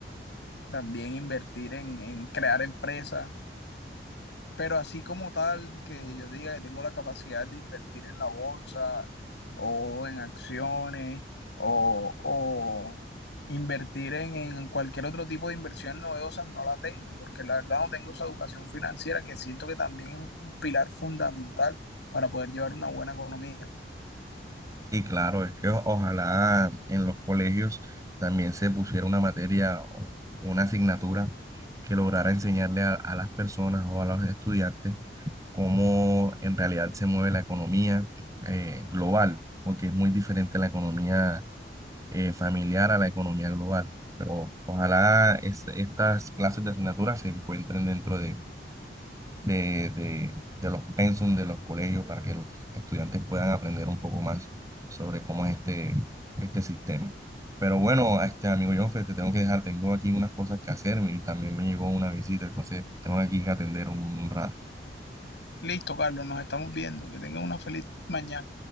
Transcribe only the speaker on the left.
también invertir en, en crear empresas, pero así como tal que yo diga que tengo la capacidad de invertir en la bolsa o en acciones o, o invertir en, en, cualquier otro tipo de inversión novedosas no la tengo, porque la verdad no tengo esa educación financiera que siento que también es un pilar fundamental para poder llevar una buena economía.
Listo, Carlos, nos estamos viendo. Que tengan una feliz mañana.